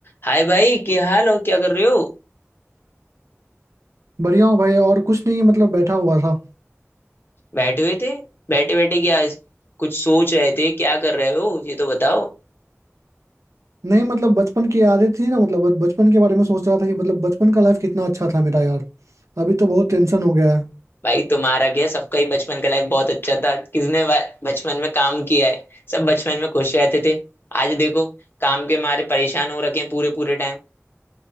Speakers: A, on the left; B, on the right.
A: हाय भाई क्या हाल और क्या कर रहे हो
B: बढ़िया हूँ भाई और कुछ नहीं मतलब बैठा हुआ था
A: बैठे हुए थे बैठे बैठे क्या कुछ सोच रहे थे क्या कर रहे हो ये तो बताओ
B: नहीं मतलब बचपन की यादें थी ना मतलब बचपन के बारे में सोच रहा था कि मतलब बचपन का लाइफ कितना अच्छा था मेरा यार अभी तो बहुत टेंशन हो गया है
A: भाई तुम्हारा क्या सबका ही बचपन का लाइफ बहुत अच्छा था किसने वा- बचपन में काम किया है सब बचपन में खुश रहते थे आज देखो काम के मारे परेशान हो रखे हैं पूरे पूरे टाइम